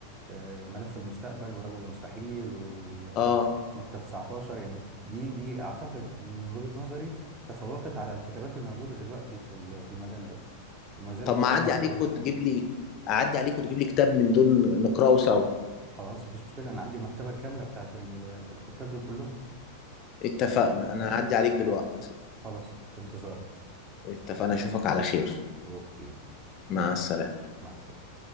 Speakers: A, on the right; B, on the left.
A: آه، ملف المستقبل ورجل المستحيل والمكتب
B: اه
A: 19 يعني دي دي أعتقد من وجهة نظري تفوقت على الكتابات الموجودة دلوقتي في ال- في المجال ده وما زالت
B: طب ما
A: محتفظة
B: اعدي عليك
A: بقوتها
B: وتجيب لي اعدي عليك وتجيب لي كتاب من دول نقراه سوا
A: خلاص مفيش مشكلة أنا عندي المكتبة الكاملة بتاعت ال- الكتاب دول كلهم
B: اتفقنا
A: ف
B: انا
A: آه
B: هعدي عليك دلوقتي
A: خلاص في انتظارك
B: اتفقنا اشوفك على خير
A: أوكي
B: مع السلامة
A: مع السلامة